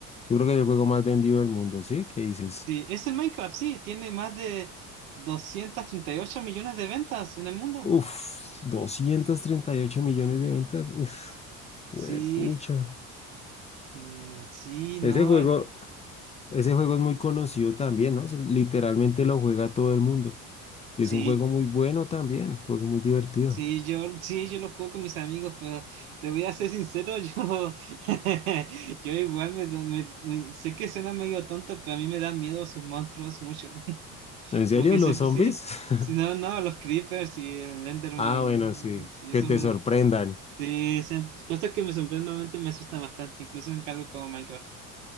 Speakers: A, on the left (about 20°); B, on the right (about 75°).
A: Yo creo que es el juego más vendido del mundo, ¿sí? ¿Qué dices?
B: Sí, es el Minecraft, sí, tiene más de 238 millones de ventas en el mundo.
A: Uf, 238 millones de ventas. Uf,
B: Sí,
A: pucha.
B: mm, sí, no,
A: Ese juego, ese juego es muy conocido también, ¿no? Se- Literalmente lo juega todo el mundo. Y
B: sí,
A: es un juego muy bueno también, un juego muy divertido.
B: sí, yo, sí, yo lo juego con mis amigos, pero te voy a ser sincero, yo, <laughs> yo igual me, me- me- sé que suena medio tonto, pero a mí me dan miedo sus monstruos mucho.
A: ¿En serio,
B: Como que
A: los
B: sí,
A: zombies?
B: sí,
A: <laughs>
B: si no, no, los creepers y el Enderman,
A: Ah, bueno, sí,
B: y eso
A: que te
B: me,
A: sorprendan.
B: sí, se- cosas que me sorprendentemente me asustan bastante, incluso en algo como Minecraft.